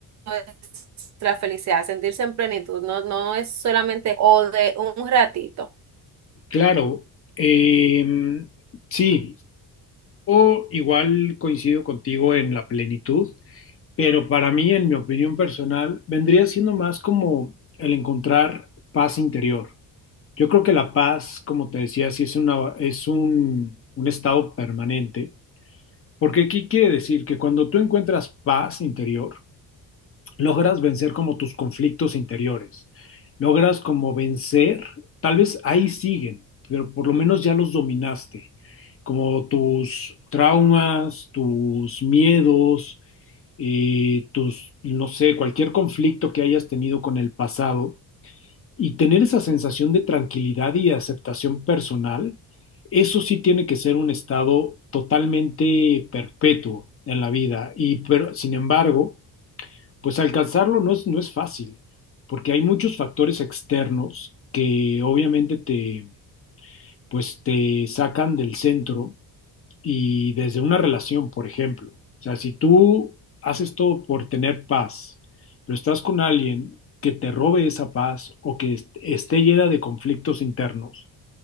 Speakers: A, on the right; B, on the left.
A: es la felicidad, sentirse en plenitud. No, no es solamente o de un ratito.
B: Claro, eh, sí, o igual coincido contigo en la plenitud. pero para mí, en mi opinión personal, vendría siendo más como el encontrar paz interior. Yo creo que la paz, como te decía, sí es una, es un, un estado permanente, porque ¿qué quiere decir? Que cuando tú encuentras paz interior, logras vencer como tus conflictos interiores, logras como vencer, tal vez ahí siguen, pero por lo menos ya los dominaste, como tus traumas, tus miedos, eh, tus, no sé, cualquier conflicto que hayas tenido con el pasado y tener esa sensación de tranquilidad y aceptación personal, eso sí tiene que ser un estado totalmente perpetuo en la vida. Y pero, sin embargo, pues alcanzarlo no es, no es fácil, porque hay muchos factores externos que obviamente te, pues te sacan del centro y desde una relación, por ejemplo. O sea, si tú haces todo por tener paz, pero estás con alguien que te robe esa paz o que est- esté llena de conflictos internos,